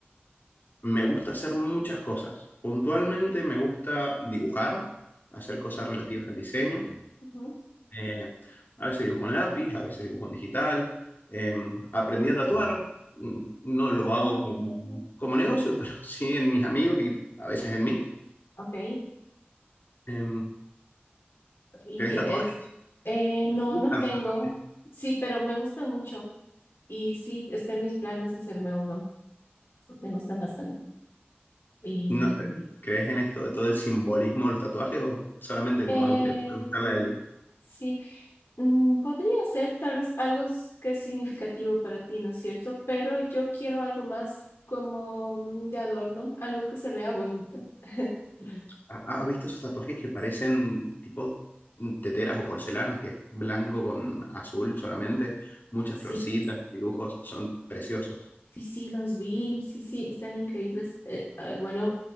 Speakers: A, on the left (about 55°); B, on the left (about 90°).
A: me gusta hacer muchas cosas. Puntualmente me gusta dibujar, hacer cosas
B: Ok.
A: relativas al diseño.
B: Ujú.
A: Eh, a veces dibujo en lápiz, a veces dibujo en digital. Eh, aprendí a tatuar, mm, no
B: Oh,
A: lo
B: wow.
A: hago como, como negocio, <laughs> pero sí en mis amigos y a veces en mí.
B: Ok.
A: Eh,
B: Y
A: ¿tenés tatuajes?
B: es, eh, no,
A: ¿Te gustan
B: no tengo.
A: los tatuajes?
B: Sí, pero me gustan mucho. Y sí, está en mis planes hacerme uno. Me gustan bastante. y
A: No, eh, ¿crees en esto de todo el simbolismo de los tatuajes o solamente
B: Eh,
A: como algo que puede gustarle a alguien?
B: sí, Mm, podría ser tal vez algo s- que es significativo para ti, ¿no es cierto? Pero yo quiero algo más como mm, de adorno, algo que se vea bonito. <laughs>
A: ¿Ha- ¿Has visto esos tatuajes que parecen tipo mm, teteras o porcelanas, que es blanco con azul solamente? Muchas
B: Sí,
A: florcitas, dibujos, son preciosos.
B: sí, sí, los vi, sí, sí, están increíbles. Eh, eh, bueno,